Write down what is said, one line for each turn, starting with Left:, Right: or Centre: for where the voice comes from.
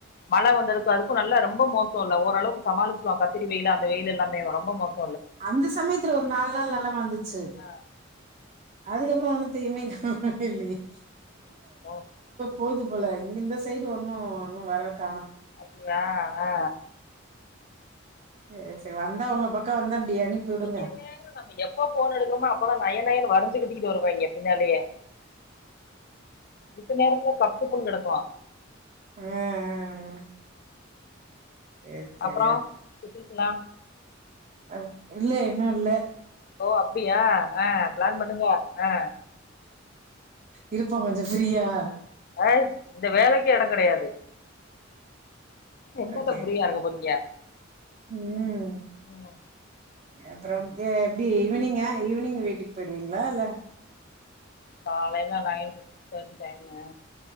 Left: மழ வந்ததுக்கு அதுக்கு நல்லா ரொம்ப மோசல்ல ஓரளவுக்கு சமாளிச்சிக்லா கத்திரி வெயிலு அந்த வெயிலு எல்லாமே ரொம்ப மோச
Right: அந்த சமயத்துல ஒரு நாலு நாள் நல்லா வந்துச்சு
Left: ஆ
Right: அதுக்கப்புற ஒண்ணுத்தயுமே காணவில்லையே
Left: ஓ
Right: போகுது போல இங்க இந்த சைடு ஒண்ணு ஒன்னு வர காணொ
Left: அப்டியா ஆ
Right: சரி சரி வந்தா உங்க பக்க வந்தா இப்டி அனுப்பி விடுங்க
Left: இவிங்க வேற நம்ம எப்ப ஃபோன் எடுக்கறமோ அப்பதா நய நயனு வரிஞ்சு கட்டிட்டு வருவாங்க பின்னாலயே மித்த நேரத்துல கப் சுப்னு கெடக்கு
Right: ஆ ஆ சரி சரி
Left: அப்பறோ குட்டிஸ்ல்லா
Right: அ இல்ல இன்னு இல்ல
Left: ஓ அப்டியா ஆ பிளான் பண்ணுங்க ஆ
Right: இருப்போ கொஞ்ச ஃப்ரீயா
Left: அ இந்த வேலைக்கே எட கெடையாது என்னத்த
Right: ஓகே
Left: ஃப்ரீயா இருக்க போறீங்க?
Right: ம்
Left: ம்.
Right: அப்புறம் எப்டி ஈவினிங்கா ஈவினிங் வீட்டுக்கு போயிடுவீங்களா இல்ல
Left: காலைல nine two six thirty time